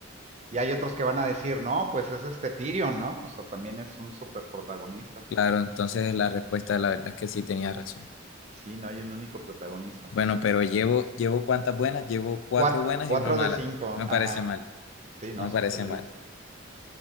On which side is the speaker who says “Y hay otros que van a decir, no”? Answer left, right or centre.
Right